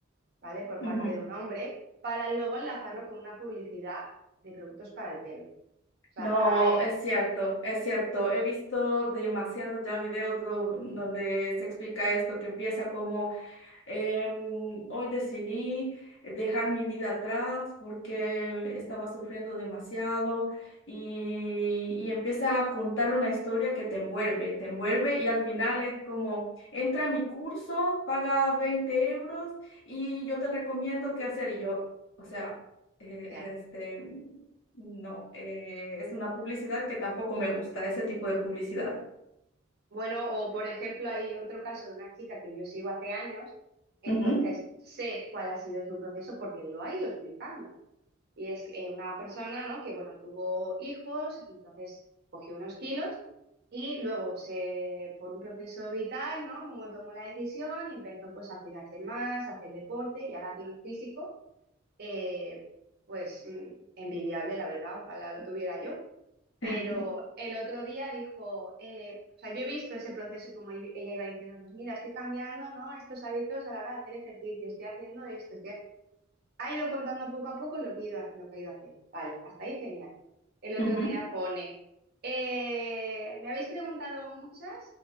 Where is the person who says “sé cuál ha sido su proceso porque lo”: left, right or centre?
Right